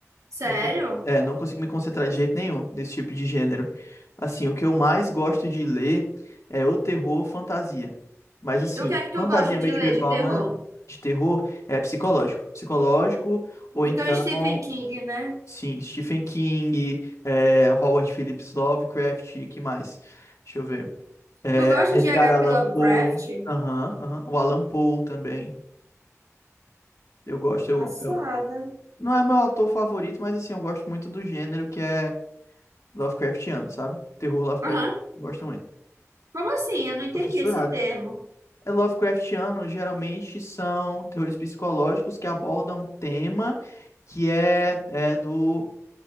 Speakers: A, on the right; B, on the left.
A: Sério?
B: Não, co- é, não consigo me concentrar de jeito nenhum nesse tipo de gênero. Assim, o que eu mais gosto de ler é o terror fantasia. Mas assim,
A: E o que é que
B: fantasia
A: tu gosta de
B: medieval
A: ler de terror?
B: não é de terror, é psicológico. Psicológico, ou
A: Então,
B: então,
A: Stephen King, né?
B: sim, Stephen King, é, Howard Phillips Lovecraft, que mais? Deixa eu ver. É,
A: Tu gosta de
B: Edgar
A: H.P.
B: Allan
A: Lovecraft?
B: Poe. Aham, aham. O Allan Poe também. Eu gosto, eu,
A: Passada.
B: eu- Não é meu autor favorito, mas assim, eu gosto muito do gênero que é Lovecraftiano, sabe? Terror Lovecraft,
A: Aham.
B: gosto muito.
A: Como assim? Eu não entendi
B: Tô fissurado.
A: esse termo.
B: É Lovecraftiano, geralmente são terrores psicológicos que abordam um tema que é, é do,